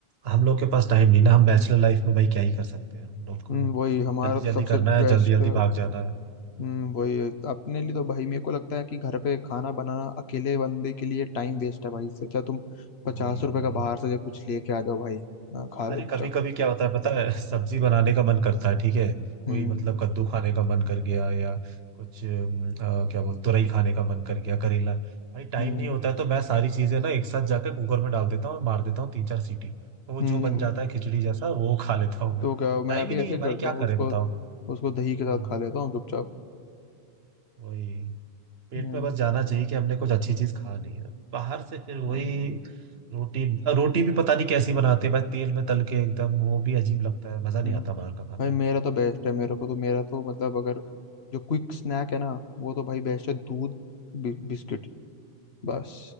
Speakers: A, on the right (about 70°); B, on the left (about 75°).
A: हम लोग के पास टाइम नहीं ना हम बैचलर लाइफ में भाई क्या ही कर सकते हैं हम लोग
B: हम्म,
A: को
B: वही हमारा
A: जल्दी
B: तो
A: जल्दी
B: सबसे
A: करना है
B: बेस्ट
A: जल्दी जल्दी भाग जाना है
B: हम्म वही है। अपने लिए तो भाई मेरे को लगता है कि घर पे खाना बनाना अकेले बंदे के लिए टाइम वेस्ट है भाई इससे अच्छा तुम पचास
A: वही वही
B: रुपए का बाहर से कुछ लेके आ जाओ भाई हाँ, खा लो
A: अरे
B: चुपचाप
A: कभी कभी क्या होता है पता है सब्जी बनाने का मन करता है ठीक है कोई
B: हम्म
A: मतलब कद्दू खाने का मन कर गया या कुछ अम, अ, क्या बोल तुरई खाने का मन कर गया करेला भाई टाइम
B: हम्म
A: नहीं होता है तो मैं सारी चीजें ना एक साथ जाकर कुकर में डाल देता हूँ और मार देता हूँ तीन चार सीटी तो वो
B: हम्म,
A: जो बन जाता है खिचड़ी जैसा वो खा लेता हूँ मैं
B: तो क्या मैं
A: टाइम
B: भी
A: ही नहीं
B: ऐसे
A: है
B: ही
A: भाई
B: करता
A: क्या
B: हूँ
A: करे
B: उसको
A: बताओ
B: उसको दही
A: हम्म
B: के साथ खा लेता हूँ चुपचाप
A: वही पेट
B: हम्म
A: में बस जाना चाहिए कि हमने कुछ अच्छी चीज खा ली है बाहर से फिर वही
B: हम्म
A: रोटी रोटी भी पता नहीं कैसी बनाते हैं भाई तेल में तल के एकदम वो भी अजीब लगता है मजा नहीं
B: हम्म।
A: आता बाहर का खाना
B: भाई मेरा तो बेस्ट है मेरे को तो मेरा तो मतलब अगर जो क्विक स्नैक है ना वो तो भाई बेस्ट है दूध बि, बिस्किट बस